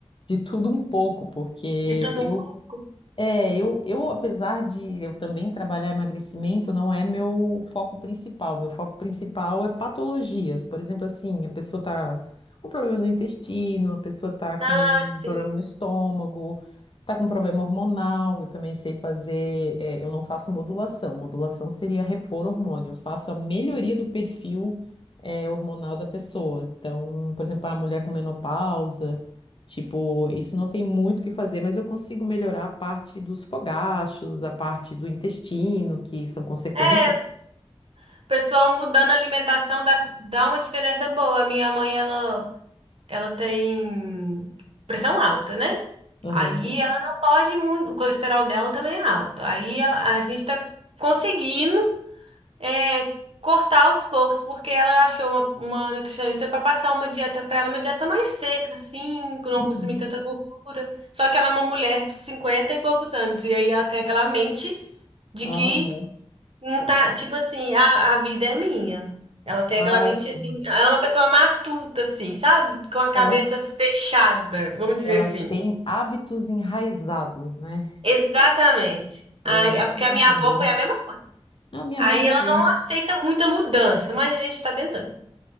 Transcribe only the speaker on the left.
de tudo um pouco, porque
eu
É, eu, eu, apesar de eu também trabalhar emagrecimento, não é meu foco principal. Meu foco principal é patologias. Por exemplo, assim, a pessoa tá com problema no intestino, a pessoa tá com
problema no estômago, tá com problema hormonal. Eu também sei fazer, é, eu não faço modulação. Modulação seria repor hormônio. Eu faço a melhoria do perfil, é, hormonal da pessoa. Então, por exemplo, a mulher com menopausa. Tipo, isso não tem muito o que fazer, mas eu consigo melhorar a parte dos fogachos, a parte do intestino, que são consequências.
Aham.
Uhum.
Aham.
Ah,
sim.
Ela,
ela
tem hábitos enraizados, né?
É, a minha
mãe
também.
A minha
mãe também.